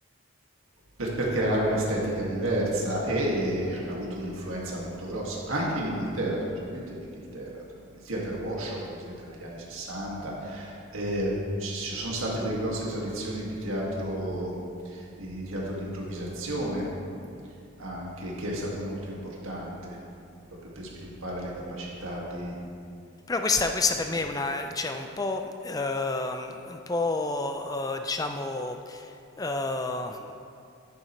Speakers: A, on the right; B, on the left.
A: per, per creare un'estetica diversa e hanno avuto un'influenza molto grossa, anche in Inghilterra, specialmente in Inghilterra. insomma. Il theater workshop, per esempio, negli anni 60, eh, ci, ci sono state delle grosse tradizioni di teatro di teatro di improvvisazione, anche, che è stato molto importante proprio per sviluppare le capacità di,
B: Però questa questa
A: degli
B: per
A: attori.
B: me è una cioè un po', ehm, un po', ehm, diciamo, ehm,